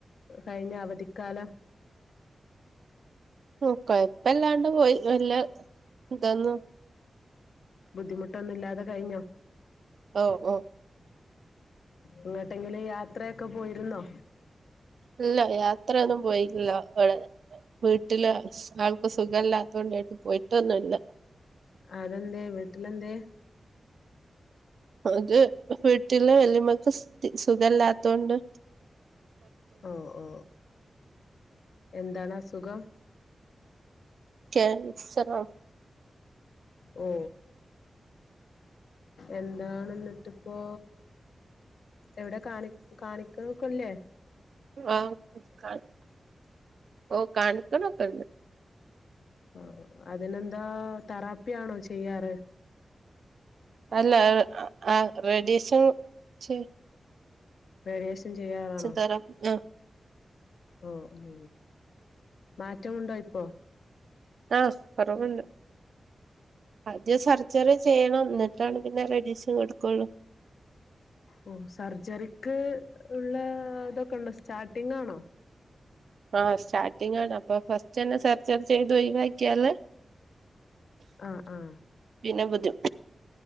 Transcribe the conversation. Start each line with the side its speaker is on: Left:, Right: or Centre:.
Left: കഴിഞ്ഞ അവധിക്കാലം
Right: ഉം കുഴപ്പമില്ലാതെ ഇല്ലാണ്ട് പോയി വല്യ ഇതന്നു
Left: ബുദ്ധിമുട്ടൊന്നുല്ലാതെ കഴിഞ്ഞോ
Right: ഓ ഓ
Left: എങ്ങട്ടെങ്കിലും യാത്രയൊക്കെ പോയിരുന്നോ
Right: ഇല്ല യാത്രൊന്നും പോയില്ല അവിടെ വീട്ടില് ആൾക്ക് സുഖല്ലാത്ത കൊണ്ടായിട്ട് പോയിട്ടൊന്നുമില്ല
Left: അതെന്തേ വീട്ടിലെന്തേ
Right: അത് വീട്ടില വെല്ലമ്മക്ക് സുഖല്ലാത്തൊണ്ട്
Left: ഓ ഓ എന്താണസുഖം
Right: കേൻ--സറാണ്
Left: ഓ എന്താണെന്നിട്ടിപ്പോ എവിടെ കാണി കാണിക്കുന്നക്കല്ലേ
Right: ആ ക ഓ കാണിക്ക്ണൊക്കെണ്ട്
Left: ആ അതിനെന്താ തെറാപ്പിയാണോ ചെയ്യാറ്
Right: അല്ല ആ റേഡിയേഷൻ ചെയ്
Left: റേഡിയേഷൻ ചെയ്യാറാണോ
Right: തെറാപ്പി ആ
Left: ഓ ഉം മാറ്റമുണ്ടോ ഇപ്പോ
Right: ആ, കൊറവുണ്ട് ആദ്യം സർജറി ചെയ്യണം എന്നി ട്ടാണ് പിന്നെ റേഡിയേശൻ കൊടുക്കുള്ളൂ.
Left: ഓ സർജറിക്ക് ഉള്ളതൊക്കെ ഉണ്ടോ? സ്റ്റാർട്ടിംഗാണോ?
Right: ആ സ്റ്റാർട്ടിങ് ആണ്, അപ്പൊ ഫസ്റ്റന്നെ സർജറി ചെയ്ത് ഒയിവാക്കിയാല്
Left: ആഹ് ആഹ്
Right: പിന്നെ ബുദ്ധി''